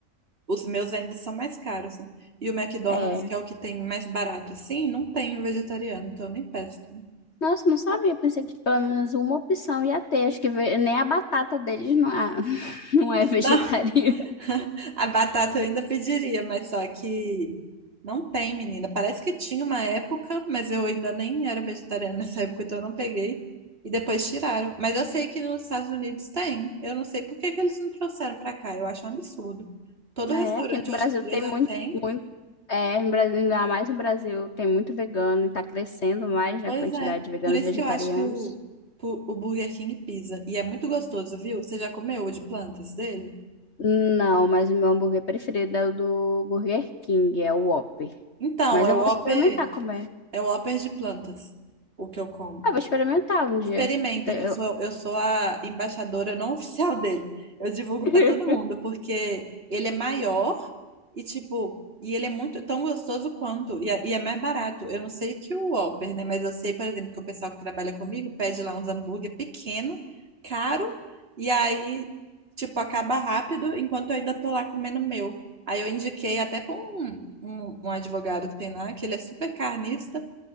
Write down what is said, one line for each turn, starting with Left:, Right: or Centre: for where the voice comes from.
Right: Os meus ainda são mais caros, né? E o McDonald's,
Left: É.
Right: que é o que tem mais barato, sim, não tem um vegetariano, então eu nem peço. também.
Left: Nossa, não sabia, pensei que pelo menos uma opção ia ter. Acho que ve- nem a batata deles não, é- <laughs> não é vegetariana.
Right: Não, <laughs> a batata eu ainda pediria, mas só que não tem, menina. Parece que tinha uma época, mas eu ainda nem era vegetariana nessa época, então eu não peguei. E depois tiraram. Mas eu sei que nos Estados Unidos tem. Eu não sei por que que eles não trouxeram pra cá. Eu acho um absurdo. Todo
Left: É,
Right: restaurante
Left: aqui no Brasil
Right: hoje em dia
Left: tem
Right: já
Left: muito,
Right: tem.
Left: muito. É, no Brasil, ainda mais no Brasil, tem muito vegano e tá crescendo mais, né,
Right: Pois
Left: a quantidade
Right: é.
Left: de veganos
Right: Por isso
Left: e vegetarianos.
Right: que eu acho que o, pu- o Burger King pisa. E é muito gostoso, viu? Você já comeu o de plantas dele?
Left: Não, mas o meu hambúrguer preferido é o do Burger King, é o Whopper.
Right: Então,
Left: Mas
Right: é
Left: eu
Right: o
Left: vou
Right: Whopper,
Left: experimentar comer.
Right: é o Whopper de plantas, o que eu como.
Left: Ah, vou experimentar um dia.
Right: Experimenta,
Left: Eu te-
Right: que eu
Left: eu-
Right: sou, eu sou a embaixadora não <laughs> oficial dele. Eu divulgo
Left: <laughs>
Right: para todo mundo, porque ele é maior e, tipo, e ele é muito tão gostoso quanto, e é, e é mais barato. Eu não sei que o Whopper, né? Mas eu sei, por exemplo, que o pessoal que trabalha comigo pede lá uns hambúrguer pequeno, caro, e aí, tipo, acaba rápido, enquanto eu ainda tô lá comendo o meu. Aí eu indiquei até para um, um um advogado que tem lá, que ele é super carnista,